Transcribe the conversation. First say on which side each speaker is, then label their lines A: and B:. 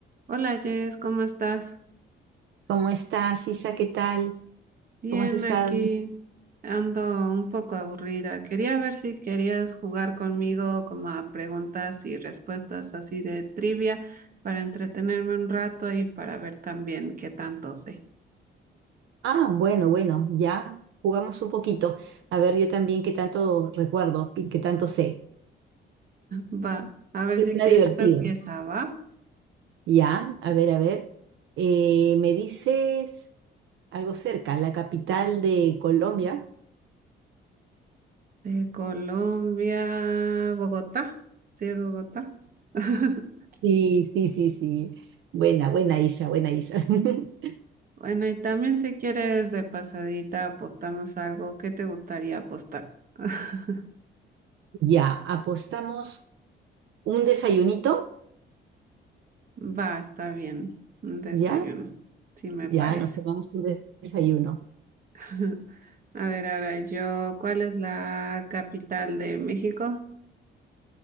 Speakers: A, on the right; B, on the right.
A: Hola Jess, ¿cómo estás?
B: ¿Cómo estás, Isa? ¿Qué tal?
A: Bien,
B: ¿Cómo has estado?
A: aquí ando un poco aburrida. Quería ver si querías jugar conmigo como a preguntas y respuestas así de trivia para entretenerme un rato y para ver también qué tanto sé.
B: Ah, bueno, bueno, ya jugamos un poquito. A ver, yo también qué tanto recuerdo y qué tanto sé.
A: Va, a ver
B: Suena
A: si quieres,
B: divertido.
A: tú empieza, ¿va?
B: Ya, a ver, a ver. Eh, ¿me dices algo cerca, la capital de Colombia?
A: De Colombia, Bogotá. Sí, es Bogotá. <laughs>
B: Sí, sí, sí, sí. Buena, buena Isa, buena Isa. <laughs>
A: Bueno, y también si quieres de pasadita apostamos algo. ¿Qué te gustaría apostar? <laughs>
B: Ya, apostamos un desayunito,
A: Va, está bien. Un desayuno,
B: ¿ya?
A: sí me
B: Ya,
A: parece.
B: nos tomamos un desayuno.
A: <laughs> A ver, ahora yo, ¿cuál es la capital de México?